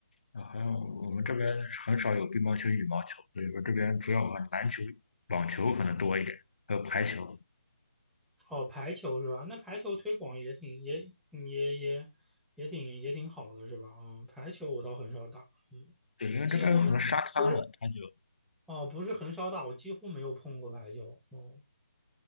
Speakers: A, on the left; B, in the centre.
A: 啊，好像我们这边很少有乒乓球、羽毛球，所以说这边主要玩篮球、网球可能多一点，还有排球。
B: 哦，排球是吧？那排球推广也挺也嗯也也也挺也挺好的是吧？嗯，排球我倒很少打，嗯，
A: 对，因为这边有很多沙滩了，
B: 几乎没，不是
A: 他就
B: 哦，不是很少打，我几乎没有碰过排球。嗯，